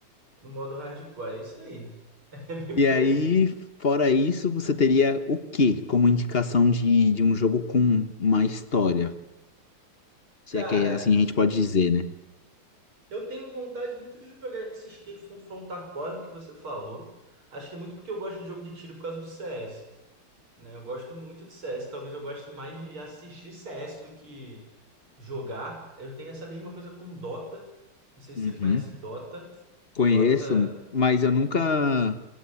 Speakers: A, on the right; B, on the left.
A: no modo hardcore. É isso daí. É bem
B: E
A: por
B: aí,
A: aí.
B: fora isso, você teria o quê como indicação de, de um jogo com uma história? Se
A: Cara,
B: é que assim a gente pode dizer, né?
A: eu tenho vontade muito de jogar esse Escape from from Tarkov que você falou. Acho que é muito porque eu gosto de jogo de tiro por causa do CS, né? Eu gosto muito de CS. Talvez eu goste mais de assistir CS do que jogar. Eu tenho essa mesma coisa com Dota. Não sei se
B: Uhum.
A: você conhece Dota.
B: Conheço,
A: Dota,
B: mas eu nunca